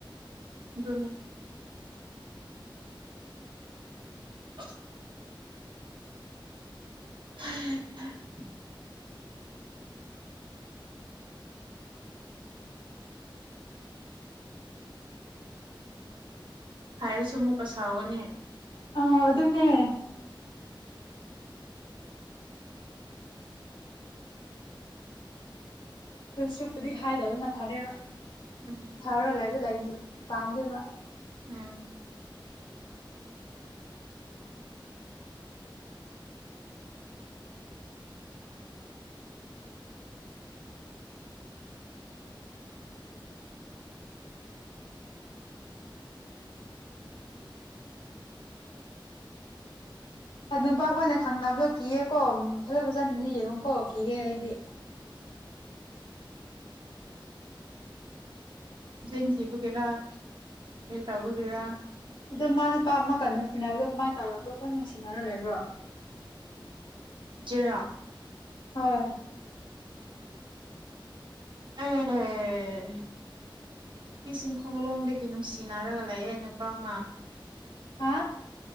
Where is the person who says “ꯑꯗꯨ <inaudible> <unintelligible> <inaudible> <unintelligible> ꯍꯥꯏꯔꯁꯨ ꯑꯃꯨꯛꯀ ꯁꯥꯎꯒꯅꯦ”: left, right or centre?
Right